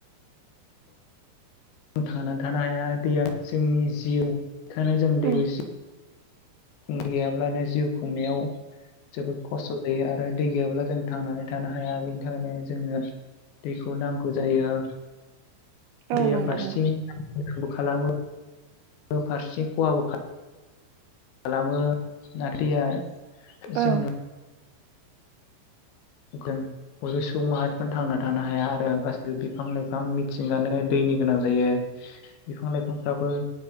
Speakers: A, on the left (about 75°); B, on the right (about 80°).
A: थांनानै थानो हाया दैया जोंनि जिउ खायनो जों दैखौ
B: उम
A: जि गैयाब्लानो जिउ खुंनायाव जोबोद। खस्थ' जायो आरो दै गैयाब्ला जों थांनानै थानो हाया। बेनि थाखायनो जोंनो दैखौ नांगौ जायो।
B: औ
A: दैया
B: नंगौ
A: फारसेथिं
B: नंगौ
A: मोजांबो खालामो फारसेथिं खहाबो खा- खालामो <unintelligible> जोंनो
B: औ
A: बयबो सुबुं माहारिफ्र थांना थानो हाया आरो गासैबो बिफां लाइफां मिथिंगानो दैनि गोनां जायो बिफां लाइफांफ्राबो